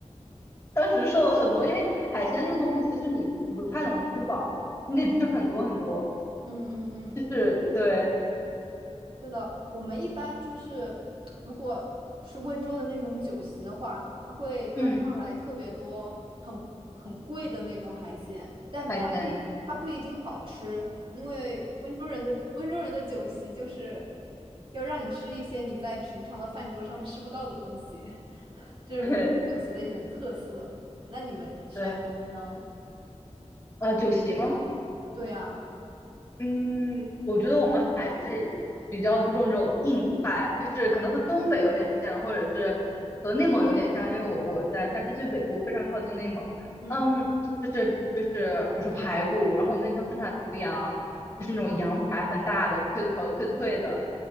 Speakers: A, on the left; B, on the right.
A: 当时瘦了很多，因为海鲜这个东西其实你不太能吃饱，你得吃很多很多，
B: 嗯嗯嗯，
A: 就是对，
B: 是的，我们一般就是，如果是温州的那种酒席的话，它会端上来特别多很很贵的那种海鲜，
A: 嗯，
B: 但它不一它不一定好吃，
A: 海鲜，
B: 因为温州人的温州人的酒席就是要让你吃一些你在平常的饭桌上吃不到的东西，这是温州酒席的一点特色。
A: <laughs> 对
B: 那你们山西呢？
A: 对，呃，酒席吗？
B: 对呀，
A: 嗯，我觉得我们还是比较注重这种硬派，就是可能和东北有点像，或者是和内蒙有点像，因为我我在山西最北部，非常靠近内蒙。
B: 嗯
A: 嗯，就是就是比如说排骨，然后我们那条生产牛羊，
B: 嗯，
A: 就是那种羊排很大的，脆的烤的脆脆的，